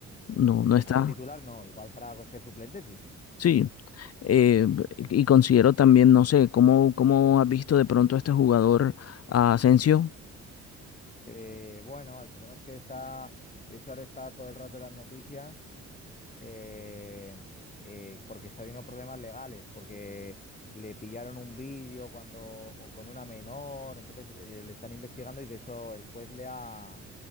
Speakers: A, on the left (about 55°); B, on the left (about 25°).
A: no, no
B: no
A: está.
B: como titular, no. Igual para ser suplente, sí.
A: Sí, eh, y considero también, no sé, ¿cómo, cómo has visto de pronto a este jugador, a Asensio?
B: Eh, bueno, el problema es que está, de hecho, ahora está todo el rato en las noticias eh, eh, porque está teniendo problemas legales, porque le pillaron un vídeo cuando o con una menor, entonces eh, le están investigando y de hecho el juez le ha,